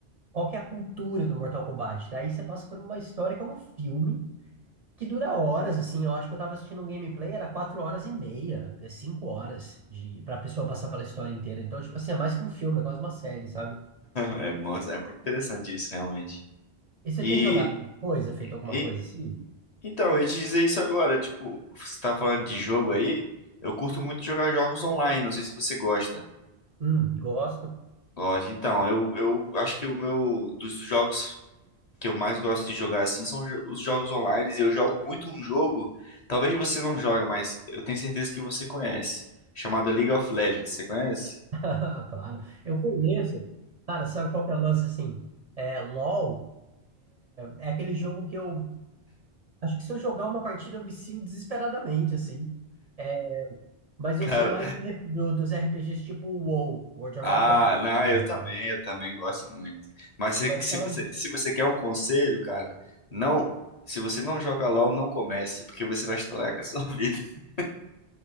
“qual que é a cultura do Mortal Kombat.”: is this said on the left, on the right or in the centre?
Right